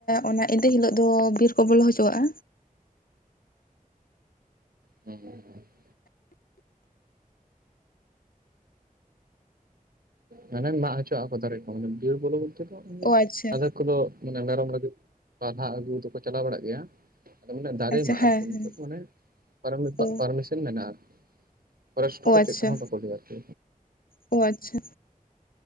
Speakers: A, on the left (about 80°); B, on the right (about 90°).
A: ᱚᱱᱟ ᱮᱸᱫᱮ ᱦᱤᱞᱳᱜ ᱫᱚ ᱵᱤᱨ ᱠᱚ ᱵᱚᱞᱚ ᱦᱚᱪᱚᱣᱟᱜᱼᱟ?
B: ᱦᱩᱸ ᱦᱩᱸ ᱾ ᱢᱟᱱᱮ ᱢᱟᱜ ᱦᱚᱪᱚᱣᱟᱜᱼᱟ ᱠᱚ ᱫᱟᱨᱮ ᱠᱚ ᱾ ᱢᱟᱱᱮ ᱵᱤᱨ ᱵᱚᱞᱚ ᱵᱚᱞᱛᱮ ᱫᱚ
A: ᱚ
B: <inaudible>
A: ᱟᱪᱪᱷᱟ
B: ᱟᱫᱚ ᱠᱩᱫᱚ ᱢᱟᱱᱮ ᱢᱮᱨᱚᱢ ᱞᱟᱹᱜᱤᱫ ᱯᱟᱞᱦᱟ ᱟᱹᱜᱩ ᱫᱚᱠᱚ ᱪᱟᱞᱟᱣ ᱵᱟᱲᱟᱜ ᱜᱮᱭᱟ᱾ ᱟᱫᱚ ᱢᱟᱱᱮ ᱫᱟᱨᱮ
A: ᱟᱪᱪᱷᱟ
B: ᱢᱟᱜ
A: ᱦᱮᱸ
B: ᱟᱨᱠᱤ ᱱᱤᱛᱳᱜ
A: ᱦᱮᱸ
B: ᱫᱚ ᱢᱟᱱᱮ ᱯᱟᱨᱢᱤ ᱯᱟ
A: ᱚ
B: ᱯᱟᱨᱢᱤᱥᱮᱱ ᱢᱮᱱᱟᱜ-ᱟ ᱟᱨᱠᱤ᱾ ᱯᱷᱚᱨᱮᱥᱴᱦᱚ
A: ᱚ
B: ᱠᱚ
A: ᱟᱪᱪᱷᱟ
B: ᱪᱮᱫ ᱦᱚᱸ ᱵᱟᱠᱚ ᱞᱟᱹᱭᱟ ᱟᱨᱠᱤ᱾
A: ᱚ ᱟᱪᱪᱷᱟ